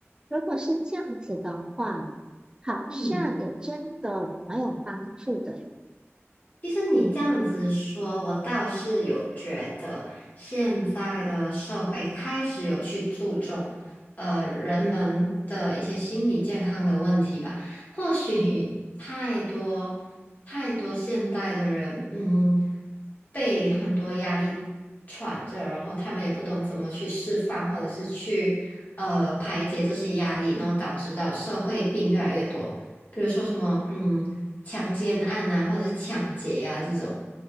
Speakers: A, on the right; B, on the left.
A: 如果是这样子的话，好像也真的蛮有帮助的。
B: 嗯，其实你这样子说，我倒是有觉得现在的社会开始有去注重，呃，人们的一些心理健康的问题吧。或许太多太多现代的人，嗯，被很多压力喘着，然后他们也不懂怎么去释放，或者是去呃排解这些压力，然后导致到社会病越来越多。比如说什么，嗯。强奸案啊，或者是抢劫啊这种。